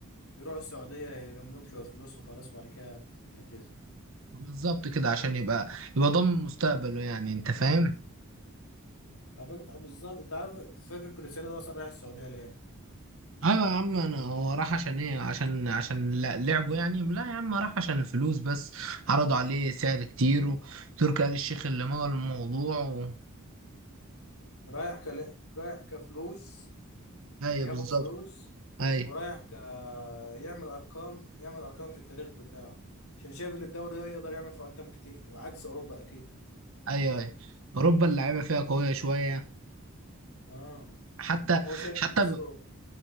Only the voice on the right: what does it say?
بالظبط كده عشان يبقى يبقى ضامن مستقبله يعني انت فاهم
ايوه يا عم انا هو راح عشان ايه عشان عشان لا- لعبه يعني لا يا عم راح عشان الفلوس بس عرضوا عليه سعر كتير وتركي آل الشيخ اللي مول الموضوع و...
ايوه
بالظبط
ايوه
ايوه ايوه اوروبا اللعيبه فيها قويه شويه
حتى
حتى